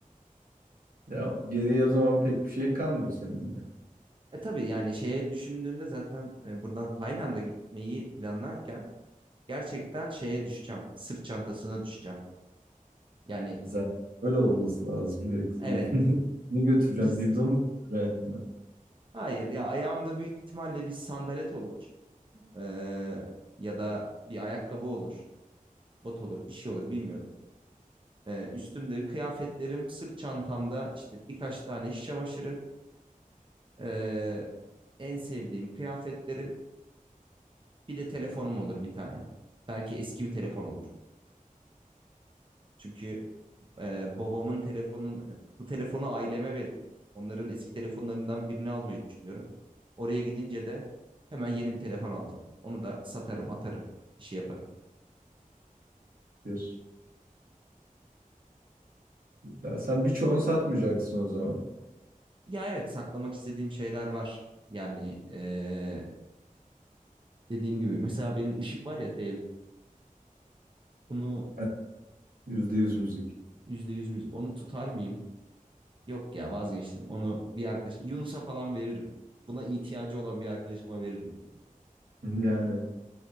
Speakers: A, on the right; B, on the right.
A: Ya geriye o zaman pek bir şey kalmıyor senin de.
B: E tabii yani şeye düşündüğümde zaten e, buradan Tayland'a gitmeyi planlarken gerçekten şeye düşeceğim. Sırt çantasına düşeceğim. Yani
A: Zaten öyle olması lazım. Yoksa
B: evet.
A: <laughs> ne götüreceğim?
B: siz-
A: Biblo mu götüreceğim yanımda?
B: Hayır ya ayağımda büyük ihtimalle bir sandalet olur. Ee, ya da bir ayakkabı olur, bot olur, bir şey olur bilmiyorum. Ee, üstümde kıyafetlerim, sırt çantamda işte birkaç tane iş çamaşırı, ee, en sevdiğim kıyafetlerim, bir de telefonum olur bir tane. Belki eski bir telefon olur. Çünkü ee, babamın telefonun bu telefonu aileme verip onların eski telefonlarından birini almayı düşünüyorum. Oraya gidince de hemen yeni bir telefon alacağım. Onu da satarım, atarım, bir şey yaparım.
A: <laughs> Ya sen birçoğunu satmayacaksın o zaman.
B: Ya evet saklamak istediğim şeyler var. Yani eee, dediğim gibi mesela benim ışık var ya dev. Onu
A: Yani Yüzde yüz müzik.
B: %100 müzik. Onu tutar mıyım? Yok ya vazgeçtim. Onu bir arkadaş Yunus'a falan veririm. Buna ihtiyacı olan bir arkadaşıma veririm bunu.
A: Yani.